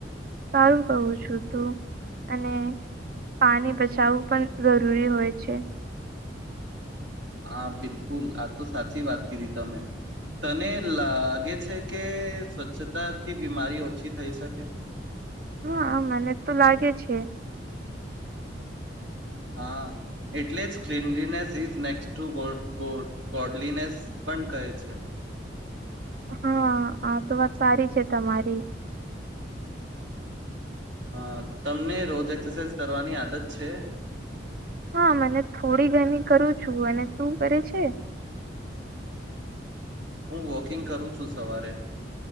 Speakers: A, on the right (about 55°); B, on the right (about 85°).
A: સારું કહું છું તું અને પાણી બચાવવું પણ જરૂરી હોય છે.
B: હા બિલકુલ આ તો સાચી વાત કીધી તમે તને લાગે છે કે સ્વચ્છતા થી બીમારી ઓછી થઈ શકે.
A: હા મને તો લાગે છે.
B: હા એટલે જ cleanliness is next to go go godliness પણ કહે છે.
A: હા આ તો વાત સારી છે તમારી
B: હ તમને રોજ એક્સરસાઇઝ કરવાની આદત છે.
A: હા મને થોડી ઘણી કરું છું અને તું કરે છે.
B: હું વોકિંગ કરું છું સવારે